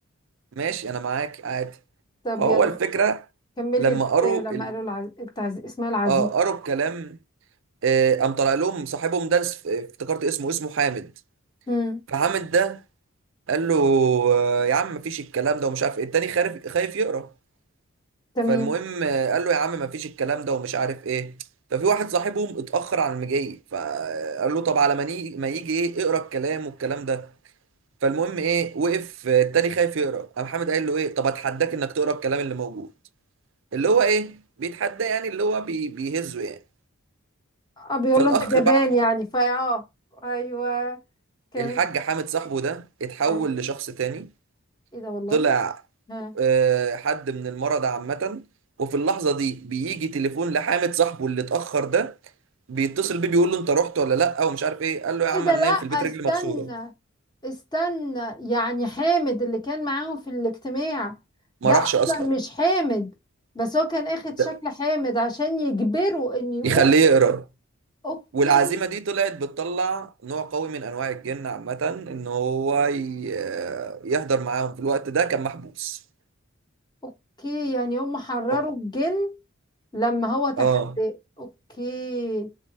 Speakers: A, on the right (about 60°); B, on the left (about 20°).
A: ماشي انا معاك عادي
B: طب
A: فهو
B: يلا
A: الفكره
B: كمل
A: لما
B: لي الحكاية
A: قروا
B: لما
A: ال...
B: قالوا العز... التعز... اسمها العزيز
A: اه قروا الكلام آه، قام طلع لهم صاحبهم ده اس- افتكرت اسمه اسمه حامد
B: امم
A: فحامد ده قال له آه، يا عم مفيش الكلام ده ومش عارف إيه. التاني خارف خايف يقرا
B: تمام
A: فالمهم آه، قال له يا عم ما فيش الكلام ده ومش عارف ايه ففي واحد صاحبهم اتأخر على المجي فقال له طب على ما نيجي- ما يجي ايه اقرا الكلام والكلام ده فالمهم ايه وقف آه، التاني خايف يقرا قام حامد قال له ايه طب اتحداك انك تقرا الكلام اللي موجود اللي هو ايه بيتحدى يعني اللي هو بي بيهزه يعني
B: اه بيقول
A: فالاخ
B: له انت جبان
A: بعد
B: يعني فا اه ايوه كمل
A: الحاج حامد صاحبه ده اتحول
B: آه.
A: لشخص تاني
B: ايه ده والله
A: طلع
B: ها
A: آه، حد من المرضى عامة وفي اللحظة دي بيجي تليفون لحامد صاحبه اللي اتأخر ده بيتصل بيه بيقول له انت رحت ولا لا ومش عارف ايه قال له يا عم
B: ايه ده
A: انا
B: لا
A: نايم
B: استنى
A: في البيت رجلي مكسوره
B: استنى يعني حامد اللي كان معاهم في الاجتماع
A: ما
B: ده
A: راحش
B: اصلا
A: اصلا
B: مش حامد بس هو كان اخد شكل
A: ده
B: حامد عشان يجبره ان يقول
A: يخليه يقرا
B: اوكي
A: والعزيمه دي طلعت بتطلع نوع قوي من انواع الجن عامه ان هو ي- يحضر معاهم في الوقت ده كان محبوس
B: اوكي يعني هم حرروا
A: اه
B: الجن لما هو تحداه
A: اه.
B: اوكي